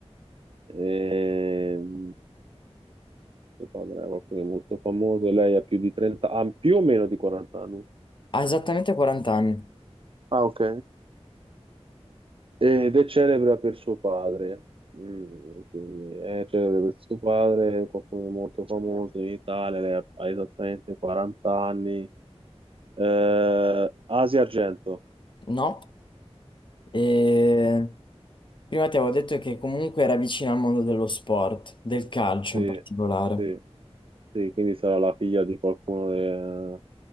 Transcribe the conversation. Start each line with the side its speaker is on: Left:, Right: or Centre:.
Right: Ehm, suo padre era qualcuno di molto famoso. Lei ha più di 30, ha più o meno di 40 anni.
Left: Ha esattamente 40 anni,
Right: Ah, ok. Ed è celebre per suo padre. Mm, quindi è celebre per suo padre, qualcuno di molto famoso in Italia. Lei ha ha esattamente 40 anni. Eh, Asia Argento,
Left: no? E Prima ti avevo detto che comunque era vicino al mondo dello sport, del calcio
Right: sì,
Left: in particolare.
Right: sì, sì, quindi sarà la figlia di qualcuno. de-